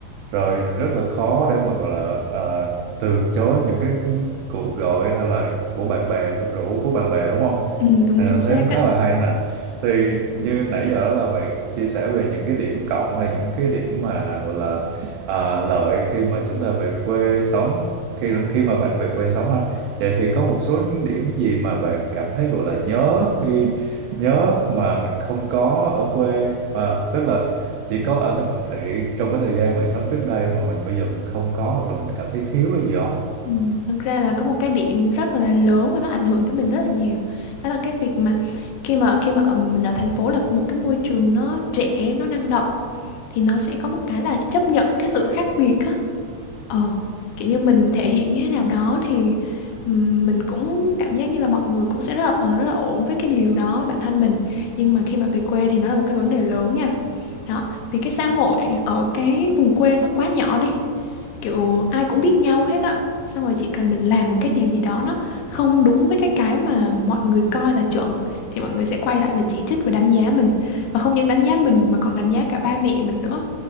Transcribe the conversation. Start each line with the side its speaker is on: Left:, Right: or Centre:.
Right: rồi rất là khó để mà gọi là ờ, từ chối những cái cuộc gọi hay là của bạn bè của rủ của bạn bè đúng không
Left: ừ, đúng
Right: Nên
Left: chính
Right: là
Left: xác
Right: thấy cũng
Left: á
Right: khá là hay nè thì như nãy giờ là bạn chia sẻ về những cái điểm cộng hay những cái điểm mà gọi là ờ, lợi khi mà chúng ta về quê sống khi khi mà bạn về quê sống ha vậy thì có một số những điểm gì mà bạn cảm thấy gọi là nhớ khi nhớ mà mình không có ở quê à, tức là chỉ có ở thành thị trong cái thời gian bạn sống trước đây mà mình bây giờ mình không có hoặc là mình cảm thấy thiếu cái gì
Left: Ừ, Thật ra là có một cái điểm rất là lớn và nó ảnh hưởng đến mình rất là nhiều. Đó là cái việc mà khi mà khi mà ở- mình ở thành phố là một cái môi trường nó trẻ, nó năng động thì nó sẽ có một cái là chấp nhận cái sự khác biệt á. Ờ, kiểu như mình thể hiện như thế nào đó thì ừm, mình cũng cảm giác như là mọi người cũng sẽ rất là ừ, rất là ổn với cái điều đó bản thân mình. Nhưng mà khi mà về quê thì nó là một cái vấn đề lớn nha. Đó, vì cái xã hội ở cái vùng quê nó quá nhỏ đi. Kiểu ai cũng biết nhau hết á. Xong rồi chỉ cần mình làm một cái điều gì đó nó không đúng với cái cái mà mọi người coi là chuẩn thì mọi người sẽ quay lại và chỉ trích và đánh giá mình. Và không những đánh giá mình mà còn đánh giá cả ba mẹ mình nữa.